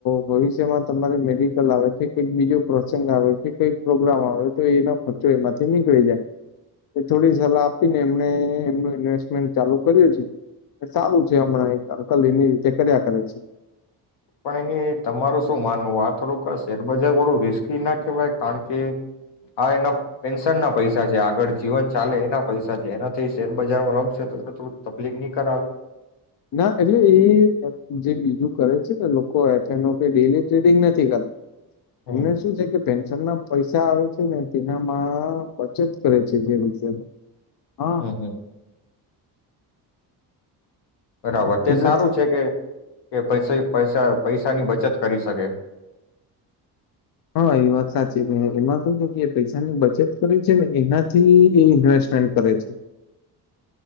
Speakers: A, on the left; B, on the left.
A: ભવિષ્યમાં તમારે મેડિકલ આવે કે કાંઇક બીજો પ્રોસંગ આવે કે કઈક પ્રોગ્રામ આવે. તો એનો ખર્ચો એમાંથી નીકળી જાય. એ થોડી સલાહ આપીને એમણે એમનું ઇન્વેસ્ટમેન્ટ ચાલુ કર્યું છે. સારું છે અમણાં એક અંકલ એની રીતે કર્યા કરે છે.
B: પણ એને તમારું શું માનવું આ થોડુંક શેરબજાર વાળું રિસ્કી નાખ કારણ કે આ એના પેન્શન ના પૈસા છે. આગળ જીવન ચાલે એના પૈસા છે. એનાથી શેરબજારમાં રમશે તો એને થોડું તકલીફ ની કરા આવે?
A: ના એટલે એ જે બીજું કરે છે ને લોકો એફનો કે ડેલી ટ્રેડિંગ નથી કરતા.
B: હમ
A: એમને શું છે કે પેન્શન ના પૈસા આવે છે. તેનામાં બચત કરે છે જે રીતે
B: <unintelligible>
A: હા
B: બરાબર
A: તેનાથી
B: તે સારું છે કે કે પસે પૈસા પૈસાની બચત કરી શકે.
A: હહ એ વાત સાચી ગણાય. એમાં શું થયું કે એ પૈસાની બચત કરે છે ને એનાથી એ ઇન્વેસ્ટમેન્ટ કરે છે.